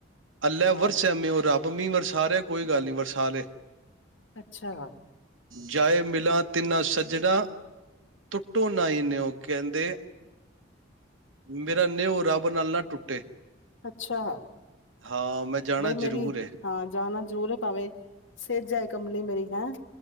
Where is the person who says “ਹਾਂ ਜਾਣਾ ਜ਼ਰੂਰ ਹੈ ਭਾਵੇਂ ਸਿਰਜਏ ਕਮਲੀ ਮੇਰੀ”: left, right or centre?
Left